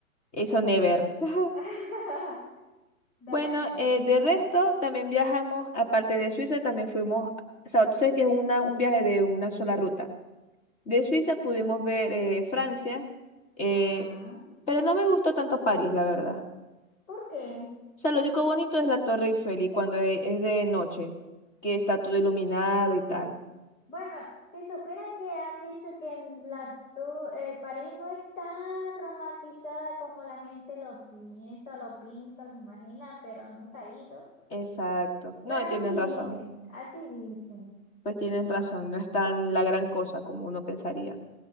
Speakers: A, on the left; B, on the left.
A: Eso never. <laughs>
B: <laughs> Dale,
A: Bueno,
B: pues,
A: eh,
B: está
A: de
B: claro.
A: resto, también viajamos, aparte de Suiza, también fuimos, o sea, tú sabes que es una, un viaje de una sola ruta. De Suiza pudimos ver eh, Francia, eh,
B: Ah,
A: pero no me gustó tanto París, la verdad.
B: ¿por qué?
A: O sea, lo único bonito es la Torre Eiffel y cuando e- es de noche, que está todo iluminado y tal.
B: Bueno, si supiera que han dicho que en la tu- eh, París no es tan romantizada como la gente lo piensa, lo pinta, lo imagina, pero nunca he ido.
A: Exacto. No,
B: Pero así
A: tienen
B: dicen,
A: razón.
B: así dicen.
A: Pues tienen razón, no es tan la gran cosa como uno pensaría.